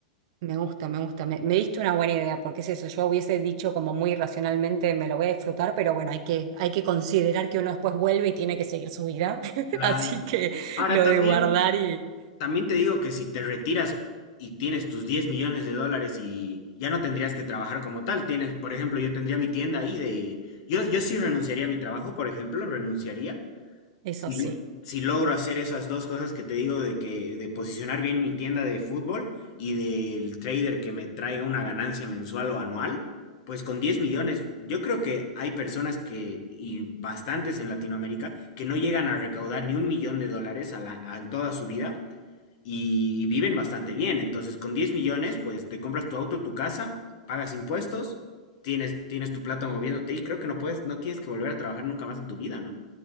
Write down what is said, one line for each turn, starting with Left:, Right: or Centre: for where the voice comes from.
Right: Me gusta, me gusta. Me, me diste una buena idea, porque es eso. Yo hubiese dicho como muy racionalmente, me lo voy a disfrutar, pero bueno, hay que, hay que considerar que uno después vuelve y tiene que seguir su vida. <laughs>
Left: Claro.
Right: Así que
Left: Ahora
Right: lo
Left: también
Right: de guardar y
Left: También te digo que si te retiras y tienes tus 10 millones de dólares y ya no tendrías que trabajar como tal, tienes, por ejemplo, yo tendría mi tienda ahí de... Yo, yo sí renunciaría a mi trabajo, por ejemplo, renunciaría.
Right: eso
Left: Si,
Right: sí.
Left: lo- si logro hacer esas dos cosas que te digo de que de posicionar bien mi tienda de fútbol y del trader que me traiga una ganancia mensual o anual, pues con 10 millones, yo creo que hay personas que, y bastantes en Latinoamérica, que no llegan a recaudar ni un millón de dólares a la- a- en toda su vida y viven bastante bien. Entonces, con 10 millones, pues te compras tu auto, tu casa, pagas impuestos, tienes, tienes tu plata moviéndote y creo que no puedes, no tienes que volver a trabajar nunca más en tu vida, ¿no?